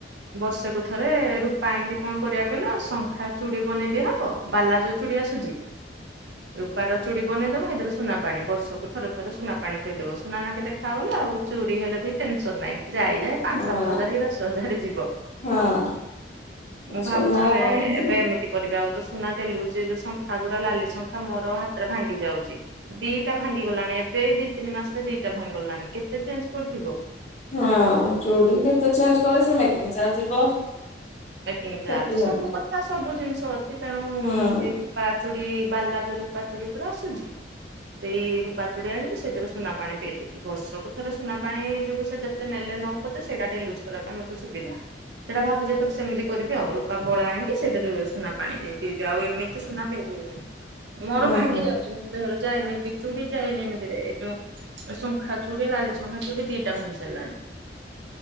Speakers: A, on the right; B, on the left.
A: ବର୍ଷକୁ ଥରେ ରୂପା ଇଁତି କଁ କରିବା କହିଲ ସଂ ଶଖା ଚୁଡି ବନେଇ ଦିଆହବ ବାଲା ଯୋଉ ଚୁଡି ଆସୁଛି। ରୂପାର ଚୁଡ଼ି ବନେଇଦବା ହେଇଥିରେ ସୁନା ପାଣି ବର୍ଷକୁ ଥରେ ଥରେ ସୁନା ପାଣି ପେଇଦବ ସୁନା ନାଖେ ଦେଖାଗଲା ଆଉ। ଚୁରି ହେଲେ ବି ଟେନସନ ନାହିଁ ଯାଇ ଯାଏ ପାଞ୍ଚ,
B: ହଁ
A: ସାତ ହଜାର କି, ଦଶ ହଜାର ଯିବ।
B: ହଁ
A: ମୁଁ ଭାବୁଛି,
B: ସୁନା ଆଉ
A: ଏ
B: କଣ ପିନ୍ଧିବ
A: ଏବେ। ଏମିତି କରିବି ଆଉ ତ ସୁନା ଡେଲି ୟୂଜ ଯୋଉ ଶଙ୍ଖା ଗୁରା ଲାଲି ଶଙ୍ଖା ମୋର ହାତରେ ଭାଙ୍ଗି ଯାଉଛି। ଦିଟା ଭାଙ୍ଗିଗଲାଣି ଏବେ ଦିଇ ତିନି ମାସରେ ଦିଟା ଭାଙ୍ଗି ଗଲାଣି କେତେ ଚେଞ୍ଜ କରୁଥିବ।
B: ହଁ, ଚୁଡ଼ି ଯେତେ ଚେଞ୍ଜ କଲେ ସେ ମେକିଂ ଚାର୍ଯ ଯିବ
A: ପ୍ୟାକିଂ ଚାର୍ଜ
B: କ୍ଷତି ହବ
A: ସବୁ କଥା ସବୁ ଜିନିଷ ଅଛି ତେଣୁ
B: ହୁଁ
A: ମି ସେଇ। ରୂପାଚୁଡ଼ି ବାଲା ଯୋଉ ରୂପାଚୁଡ଼ି ଉପରେ ଆସୁଛି। ସେଇ ରୂପା ଚୁଡ଼ି ଆଣିକି ସେଇଥିରେ ସୁନା ପାଣି ପଇଦେବି। ବର୍ଷକୁ ଥରେ ସୁନା ପାଣି ଯୋଗୁଁ ସେ ଯେତେ ନେଲେ ନଉ ପଛେ ସେଇଟା ଡେଲି ୟୁଜ କରିବା ପାଇଁ ମତେ ସୁବିଧା। ସେଇଟା ଭାବୁଛି ଏଥର ସେମିତି କରିବି ଆଉ ରୂପା ବଳା ଆଣିକି ସେଥିରେ ସୁନା ପାଣି ଦେଇ ପେଇବି। ଆଉ ଏମିତି ସୁନା ପିନ୍ଧିବନି। ମୋର
B: ହୁଁ।
A: ଭାଙ୍ଗି ଯାଉଛି। ମୋ ଦେହରୁ ଯାଏନି ଏଇ ଚୁଡି ଯାଏନି ଏମିତିରେ ଏଇ ଯୋଉ। ଶଙ୍ଖା ଚୁଡ଼ି, ଲାଲି ଶଙ୍ଖା ଚୁଡ଼ି, ଦିଟା ଭାଙ୍ଗି ସାଇଲାଣି।